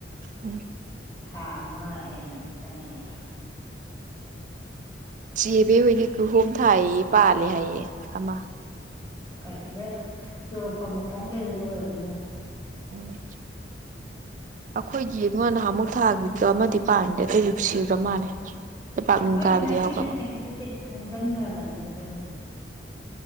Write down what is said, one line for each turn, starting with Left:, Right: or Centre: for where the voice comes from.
Right: ꯎꯝ
Left: ꯊꯥ ꯑꯃ ꯍꯦꯟꯅ ꯑꯗꯨꯝ ꯆꯪꯉꯤꯅꯤ
Right: ꯆꯦ ꯕꯦ ꯍꫭꯏꯗꯤ ꯀꯨꯍꯣꯝ ꯊꯥꯏꯌꯦ ꯄꯥꯜꯂꯦ ꯍꯥꯏꯌꯦ ꯑꯃ
Left: ꯀꯥꯏꯆꯤꯟꯗ ꯆꯨꯔꯨ ꯐꫭꯟ ꯃꯈꯣꯡꯁꯤꯗ ꯑꯣꯏꯔꯅꯤ ꯃꫭꯏ
Right: ꯎꯝ ꯑꯩꯈꯣꯏꯗꯤ ꯑꯃ ꯅꯍꯥꯃꯨꯛ ꯊꯥꯈꯤꯕꯗꯣ ꯑꯃꯗꯤ ꯄꯥꯟꯒꯔꯦ ꯑꯇꯩꯗꯤ ꯁꯤꯈ꯭ꯔ ꯃꯥꯜꯂꯦ ꯂꯩꯄꯥꯛꯅꯤꯡ
Left: ꯑꯩꯈꯣꯏꯗꯤ
Right: ꯀꯥꯏꯕꯗꯤ
Left: ꯅꯥꯄꯤꯁꯨ
Right: ꯌꯥꯎꯈ꯭ꯔꯕ
Left: ꯁꯦꯡꯕꯤꯗꯦ ꯁꯨꯡꯖꯤꯟꯈ꯭ꯔꯕꯅꯤꯅꯦ ꯑꯗꯨꯅ